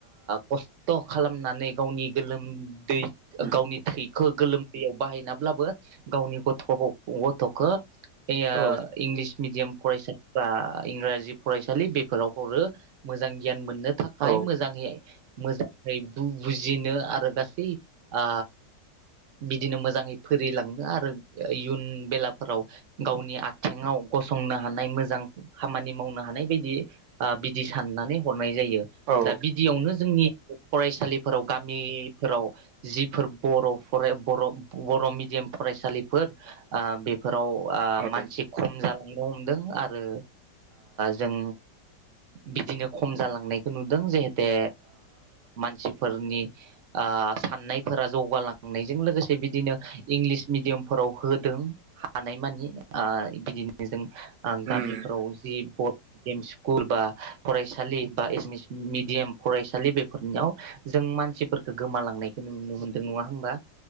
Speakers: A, on the right; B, on the right.
A: खस्थ खालामनानै गावनि गोलोम दै
B: उम
A: गावनि थै खो गोलोमदैयाव बाहायनाब्लाबो गावनि गथ' गथ'खौ जोंनियाव
B: औ
A: इंलिस मिडियाम फरायसाफ्रा इंराजि फरायसालि बेफोराव हरो मोजां गियान मोन थाखाय
B: औ
A: मोजाङै मोजाङै बु बुजिनो आरो गा बै आ बिदिनो मोजाङै फरिलांनो आरो इयुन बेलाफोराव गावनि आथिङाव गसंनो हानाय मोजां खामानि मावनो हानाय बायदि बिदि साननानै हरनाय जायो
B: औ
A: दा बिदियावनो जोंनि फरायसालिफोराव गामि फोराव जिफोर बर' बर' बर' मिडियाम फरायसालिफोर ओ बेफोर आव
B: औ
A: मानसि खम जालांनो हमदों आरो जों बिदिनो खम जालांनायखौ नुदों जाहेते मानसिफोरनि ओ साननायफोरा जौगालांनायजों लोगोसे बिदिनो इंलिस मिडियामफोराव होदों हानाय मानि ओ बिदिनो जों
B: उम
A: गामिफोराव जि भत स्कुल बा फरायसालि बा एसमिस मिडियाम फरायसालि बेफोरनियाव जों मानसिफोरखौ गोमालांनायखौ नुनो मोनदों नङा होमबा?